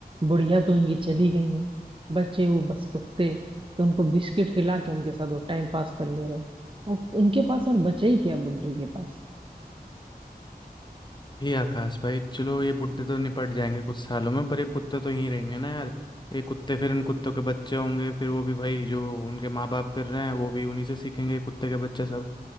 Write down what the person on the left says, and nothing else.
ये आकाश भाई चलो ये बुड्ढे तो निपट जाएंगे कुछ सालों में पर ये कुत्ते तो यहीं रहेंगे ना यार ये कुत्ते फिर इन कुत्तों के बच्चे होंगे फिर वो भी भाई जो उनके माँ बाप कर रहे हैं वो भी उन्हीं से सीखेंगे कुत्ते के बच्चे सब